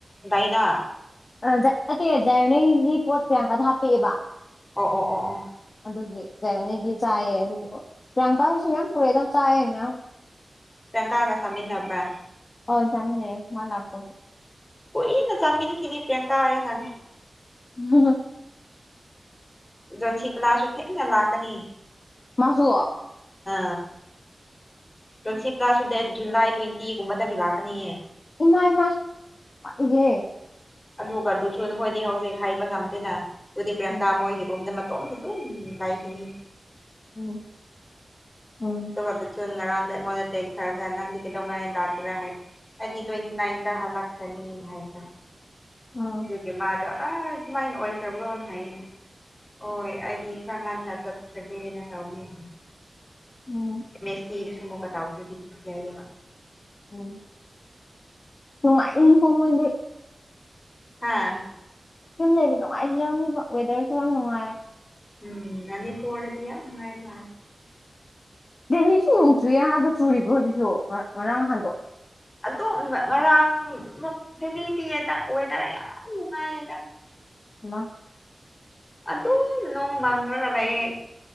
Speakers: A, on the left; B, on the left.
A: ꯗꯥꯏꯅ
B: ꯑ ꯖꯥꯏ ꯑꯠꯇꯦ ꯖꯥꯏꯌꯣꯅꯩꯒꯤ ꯄꯣꯠ ꯄ꯭ꯔꯤꯌꯥꯡꯀꯗ ꯍꯥꯞꯄꯥꯛ ꯑꯦ ꯕꯥ
A: ꯑꯣ ꯑꯣ ꯑꯣ ꯑꯣ
B: ꯑꯗꯨꯒꯤ ꯖꯥꯏꯑꯣꯅꯦꯒꯤ ꯆꯥꯏꯌꯦ ꯑꯗꯨꯗꯨꯒ ꯄ꯭ꯔꯤꯌꯥꯡꯀꯥꯒꯤꯁꯨ ꯌꯥꯝ ꯄꯨꯔꯦꯗ ꯆꯥꯏꯌꯦ ꯃꯌꯥꯝ
A: ꯄ꯭ꯔꯤꯌꯥꯡꯀꯥꯒ ꯆꯥꯃꯤꯟꯅꯕ꯭ꯔꯥ
B: ꯑꯣꯟ ꯆꯃꯤꯟꯅꯩꯌꯦ ꯃꯥ ꯂꯥꯛꯄꯒꯤ
A: ꯀꯨꯏꯅ ꯆꯥꯃꯤꯟꯈꯤꯅꯤ ꯄ꯭ꯔꯤꯌꯥꯡꯀꯥ ꯑꯩ ꯈꯪꯉꯦ
B: <unintelligible>
A: ꯖꯣꯟꯁꯤꯕꯂꯥꯁꯨ ꯊꯦꯡꯅ ꯂꯥꯛꯀꯅꯤ
B: ꯃꯥꯁꯨ
A: ꯑ ꯖꯣꯟꯁꯤꯞ ꯇ꯭ꯔꯁꯨ ꯗꯦꯠ ꯖꯨꯂꯥꯏ ꯇꯣꯏꯟꯇꯤ ꯒꯨꯝꯕꯗꯒꯤ ꯂꯥꯛꯀꯅꯤꯌꯦ
B: ꯏꯃꯥꯏ ꯏꯃꯥꯏ ꯄꯥꯛꯏꯖꯦ
A: ꯑꯗꯨꯒꯗꯨꯁꯨ ꯅꯈꯣꯏꯗꯤ ꯍꯧꯖꯤꯛ ꯍꯥꯏꯕ ꯉꯝꯗꯦꯅ ꯑꯗꯨꯗꯤ ꯄ꯭ꯔꯤꯌꯥꯡꯀꯥ
B: ꯎꯝ
A: ꯃꯣꯏꯒꯤ ꯔꯨꯝꯗ ꯃꯇꯣꯝ ꯗꯨꯝ ꯂꯩꯥꯈꯤꯅꯤ
B: ꯎꯝ ꯎꯝ
A: ꯗꯨꯒ ꯗꯨꯠꯁꯨꯟ ꯉꯔꯥꯡꯗ ꯑꯩꯩꯉꯦꯟꯗ ꯇꯦꯝꯁ ꯊꯥꯔꯝꯅ ꯅꯪꯗꯤ ꯀꯩꯗꯩꯉꯩ ꯂꯥꯛꯒꯦꯔ ꯍꯥꯏ ꯑꯗꯤ ꯇꯣꯏꯇꯤ ꯅꯥꯏꯟꯗ ꯍꯜꯂꯛꯈ꯭ꯔꯅꯤ ꯍꯥꯏꯕ
B: ꯎꯝ
A: ꯑꯗꯨꯒꯤ ꯃꯥꯗꯣ ꯑ ꯃꯥꯏꯅ ꯑꯣꯏꯈ꯭ꯔꯕ꯭ꯔꯣ ꯍꯥꯏꯌꯦ ꯑꯣꯏ ꯑꯩꯗꯤ ꯈꯔ ꯉꯟꯅ ꯆꯠꯈ꯭ꯔꯒ꯭ꯔꯦꯅ ꯇꯧꯃꯤ
B: ꯎꯝ
A: ꯃꯦꯁꯤꯒꯁꯨ ꯃꯨꯛꯀꯇꯥꯎꯈꯔꯗꯤ ꯌꯥꯏꯑꯕ
B: ꯎꯝ ꯅꯨꯉꯥꯏꯀꯣ ꯃꯣꯏꯗꯤ
A: ꯍꯥꯥ
B: ꯌꯨꯝ ꯂꯩꯕ ꯅꯨꯡꯉꯥꯏꯖꯔꯝꯅꯤꯕ ꯋꯦꯗꯔꯁꯨ ꯌꯥꯝ ꯅꯨꯡꯉꯥꯏ
A: ꯎꯝ ꯅꯥꯟꯅꯤ ꯄꯣꯔꯗꯗꯤ ꯌꯥꯝ ꯅꯨꯉꯥꯏ ꯃꯥ
B: ꯗꯦꯜꯂꯤꯁꯨ ꯅꯨꯡ ꯆꯨꯌꯥꯗꯣ ꯆꯨꯔꯤꯕ꯭ꯔꯣ ꯍꯧꯖꯤꯛꯁꯨ ꯉꯥ ꯉꯥꯔꯥꯡ ꯉꯍꯥꯟꯗꯣ
A: ꯑꯗꯣꯝ ꯉꯥ ꯉꯔꯥꯡꯃꯨꯛ ꯗꯦꯂꯤꯇꯤꯑꯦꯗ ꯋꯦꯗꯔ ꯌꯥꯝ ꯅꯨꯡꯉꯥꯏꯌꯦꯗ
B: ꯍꯜꯂꯣ
A: ꯑꯗꯨꯝ ꯅꯣꯡ ꯃꯪꯔꯒ ꯂꯩꯌꯦ